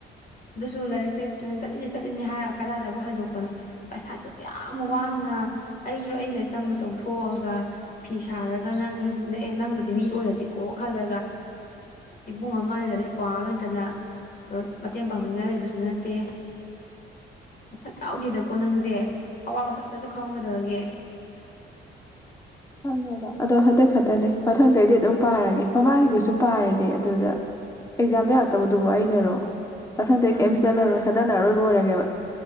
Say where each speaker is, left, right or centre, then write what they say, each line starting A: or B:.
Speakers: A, on the left (about 45°); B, on the left (about 15°).
A: ꯑꯗꯨꯁꯨ ꯂꯥꯏꯔꯤꯛꯁꯦ ꯇꯨꯁꯟ ꯆꯠꯂꯤꯅꯤ ꯆꯠꯂꯤꯅꯤ ꯍꯥꯏꯔ ꯀꯗꯥꯏꯗꯕꯨ ꯍꯥꯏꯗꯣꯛꯄꯅꯣ ꯄꯩꯁꯥꯁꯨ ꯌꯥꯝ ꯋꯥꯅ ꯑꯩꯁꯨ ꯑꯩ ꯂꯥꯏꯔꯤꯛ ꯇꯝꯕ ꯇꯧꯊꯣꯛꯑꯒ ꯐꯤ ꯁꯥꯔꯒ ꯅꯪ ꯅ ꯅꯪꯗꯗꯤ ꯃꯤ ꯑꯣꯏꯔꯗꯤꯀꯣ ꯈꯜꯂꯒ ꯏꯕꯨꯡ ꯑꯃ ꯂꯩꯗꯅ ꯏꯄꯥ ꯑꯃ ꯂꯩꯗꯅ ꯃꯇꯦꯡ ꯄꯥꯡꯕꯤꯅꯤꯡꯉꯥꯏ ꯂꯩꯕꯁꯨ ꯅꯠꯇꯦ ꯋꯥꯈꯜ ꯌꯥꯎꯗꯦꯗꯀꯣ ꯅꯪꯁꯦ ꯑꯋꯥ ꯃꯁꯛ ꯑꯃꯇꯥꯁꯨ ꯈꯪꯎ ꯀꯩꯗꯧꯔꯒꯦ
B: ꯈꯪꯉꯦꯕ ꯑꯗꯣ ꯍꯟꯗꯛ ꯈꯛꯇꯅꯦ ꯃꯊꯪꯗꯑꯩꯗꯤ ꯑꯗꯨꯝ ꯄꯥꯔꯒꯦ ꯃꯃꯥꯡꯒꯤꯗꯨꯁꯨ ꯄꯥꯔꯤꯅꯦ ꯑꯗꯨꯗ ꯑꯦꯛꯖꯥꯝꯗ ꯌꯥꯥꯛꯛꯇꯕꯗꯨꯕꯨ ꯑꯩꯅꯔꯣ ꯄꯊꯪ ꯗꯩꯩ
A: ꯎꯝ
B: ꯑꯩ ꯀꯔ꯭ꯤꯝ ꯆꯇꯂꯥꯔꯣꯏ ꯍꯟꯗꯛꯅ ꯑꯔꯣꯏꯕꯥ ꯂꯣꯏꯔꯒꯦꯕꯥ